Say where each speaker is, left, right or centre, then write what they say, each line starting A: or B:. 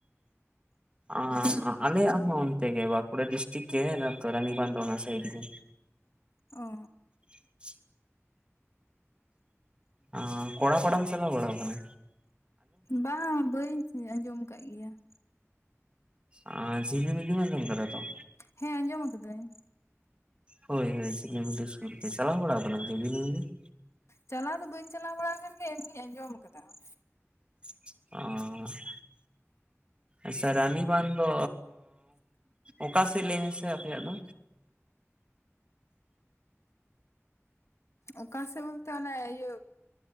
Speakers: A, on the right; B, on the left.
A: ᱟᱸ ᱟᱼ ᱟᱞᱮᱦᱟᱜ ᱚᱱᱛᱮ ᱜᱮ ᱵᱟᱸᱠᱩᱲᱟ ᱰᱤᱥᱴᱤᱠ ᱜᱮ, ᱛᱚ ᱨᱟᱱᱤᱵᱟᱸᱱᱫᱷ ᱚᱱᱟ ᱥᱟᱭᱤᱰ ᱜᱮ ᱾
B: ᱚᱻ,
A: ᱟᱜᱼᱪᱷᱤ, ᱟ ᱠᱚᱲᱟ ᱯᱟᱴᱟᱢ ᱪᱟᱞᱟᱣ ᱵᱟᱲᱟ ᱟᱠᱟᱱᱟ?
B: ᱵᱟᱝ? ᱵᱟᱹᱧ ᱟᱸᱡᱚᱢ ᱟᱠᱟᱫ ᱜᱮᱭᱟ ᱾
A: ᱟᱻ, ᱡᱷᱤᱞᱤᱢᱤᱞᱤᱢ ᱟᱡᱚᱢ ᱟᱠᱟᱫᱟ ᱛᱚ,
B: ᱦᱮᱸ ᱟᱸᱡᱚᱢ ᱟᱠᱟᱫᱟᱹᱧ ᱾
A: ᱦᱳᱭ, ᱦᱳᱭ, ᱡᱷᱤᱞᱤᱢᱤᱞᱤ ᱥᱩᱨ ᱜᱮ, ᱪᱟᱞᱟᱣ ᱵᱟᱲᱟ ᱟᱠᱟᱱᱟᱢ ᱥᱮ ᱡᱷᱤᱞᱤᱢᱤᱞᱤ ᱾
B: ᱪᱟᱞᱟᱣ ᱫᱚ ᱵᱟᱹᱧ ᱪᱟᱞᱟᱣ ᱵᱟᱲᱟ ᱟᱠᱟᱱ ᱜᱮ, ᱮᱢᱱᱤᱧ ᱟᱸᱡᱚᱢ ᱟᱠᱟᱫᱟ ᱾
A: ᱟᱸᱻᱦ, ᱟᱪᱪᱷᱟ ᱨᱟᱱᱤᱵᱟᱸᱫᱷ ᱫᱚ, ᱚᱠᱟ ᱥᱮᱫ? ᱞᱟᱹᱭ ᱢᱮᱥᱮ ᱟᱯᱮᱭᱟᱜ ᱫᱚ᱾
B: ᱚᱠᱟ ᱥᱮᱫ? ᱵᱚᱞᱛᱮ, ᱚᱱᱮ ᱤᱭᱟᱹ,